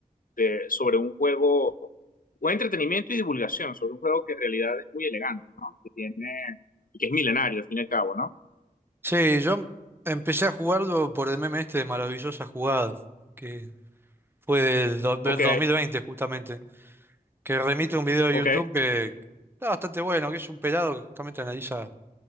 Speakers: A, on the left; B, on the right.
A: de, sobre un juego, buen entretenimiento y divulgación sobre un juego que en realidad es muy elegante, ¿no? Que tiene, que es milenario al fin y al cabo, ¿no?
B: Sí, yo empecé a jugarlo por el meme este de Maravillosa Jugada, que fue del do- del
A: Ok,
B: 2020 justamente. que remite a un video de
A: ok,
B: YouTube que está bastante bueno, que es un pelado que justamente analiza